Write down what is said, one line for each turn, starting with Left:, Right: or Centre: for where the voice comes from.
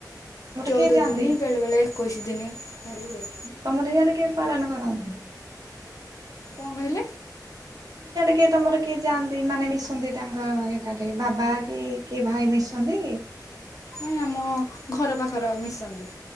Left: ଚଉଦ
Right: କିଏ ଯାଆନ୍ତି
Left: ଦିନି ବେଳେ ବେଳେ ଏକୋଇଶି ଦିନି ଧରି ହୁଏ।
Right: ତମର ହିଆଡେ ପାଳନ କରନ୍ତି।
Left: କଣ କହିଲେ?
Right: କିଏ ତମର କିଏ ଯାଆନ୍ତି ମାନେ ମିଶନ୍ତି ତାଙ୍କ ଏଟାରେ ବାବା କି କିଏ ଭାଇ ମିଶନ୍ତି?
Left: ମାନେ ଆମ ଘର ପାଖର ମିଶନ୍ତି।